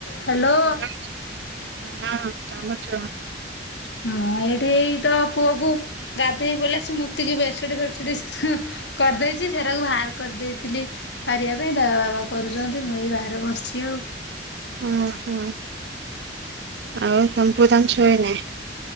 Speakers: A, on the left; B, on the right.
A: Hello
B: hello ହଁ କାମଛ <inaudible>
A: ହଁ ଏଇଠି ଏଇ ତ ପୁଅ କୁ ଗାଧେଇ ବୋଲି ଆସ୍ ମୁତିକି ବେଡ୍ସିଡ଼ି ଫେଡ଼୍ସିଡ଼ି ହୁଁ କରିଦେଇଛି ସେରାକୁ ବାହାର କରିଦେଇଥିଲି ପାରିବା ପାଇଁ ଦେ ବାବା କରୁଛନ୍ତି ମୁଁ ଏଇ ବାହାରେ ବସିଛି ଆଉ।
B: ଓ ହୋ ଆଉ ସମ୍ମ୍ପୁଦାମ ଶୋଇ ନହିଁ <inaudible>